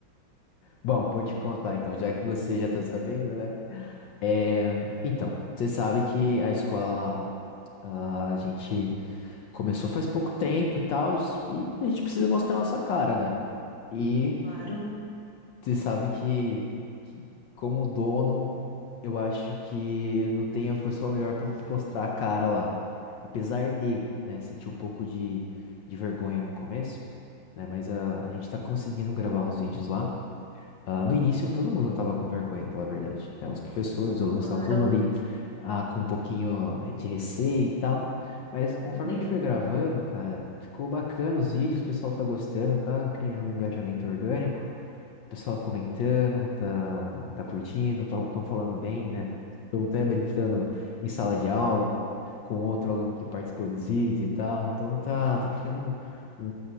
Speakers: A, on the left (about 75°); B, on the left (about 30°).
A: bom, vou te contar então, já que você já tá sabendo, né? É, então, você sabe que a escola lá, a gente começou faz pouco tempo e tal, e a gente precisa mostrar a nossa cara, né? E
B: Claro,
A: Você sabe que, que como dono, eu acho que não tem a pessoa melhor para mostrar a cara lá. Apesar de, né, sentir um pouco de, de vergonha no começo, né, mas ah, a, gente tá conseguindo gravar uns vídeos lá. Ah, no início, todo mundo tava com vergonha, pra falar a verdade, né? Os professores, os alunos
B: claro,
A: estavam todo mundo ali ah, com um pouquinho de receio e tal. Mas conforme
B: entendo.
A: a gente foi gravando, cara, ficou bacana os vídeos, o pessoal tá gostando, tá criando um engajamento orgânico. O pessoal comentando, tá, tá curtindo, estão falando bem, né? Estão até brincando em sala de aula com outro aluno que participou dos vídeos e tal. Então tá, tá criando um,